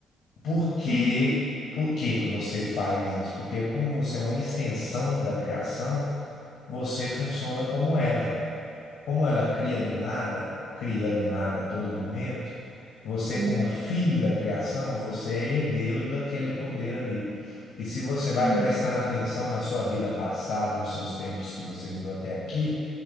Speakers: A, on the left (about 80°); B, on the right (about 45°).
A: Por que,
B: Uhum,
A: por que que você faz isso? Porque como você é uma extensão da criação, você funciona como ela. Como ela cria do nada, cria do nada a todo momento, você
B: uhum,
A: como filho da criação, você é herdeiro daquele poder ali. E se você
B: sim.
A: vai prestando atenção na sua vida passada, nos seus tempos que você viveu até aqui,